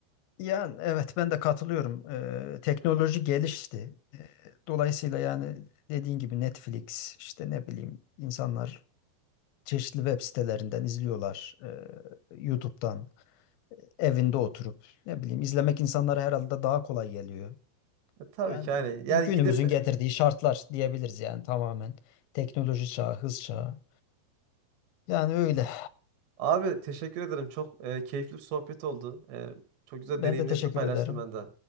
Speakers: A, on the left; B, on the right.
A: yani evet ben de katılıyorum. E, teknoloji gelişti. E, dolayısıyla yani dediğin gibi Netflix işte ne bileyim insanlar çeşitli web sitelerinden izliyorlar. E, YouTube'dan evinde oturup ne bileyim izlemek insanlara herhalde daha kolay geliyor.
B: E, tabii
A: Yani
B: ki yani. Yani
A: günümüzün
B: gidip
A: getirdiği şartlar diyebiliriz yani tamamen. Teknoloji çağı, hız çağı. Yani öyle.
B: abi teşekkür ederim. Çok e, keyifli bir sohbet oldu. E, çok güzel
A: Ben
B: deneyimlerini
A: de teşekkür
B: paylaştım
A: ederim.
B: ben de.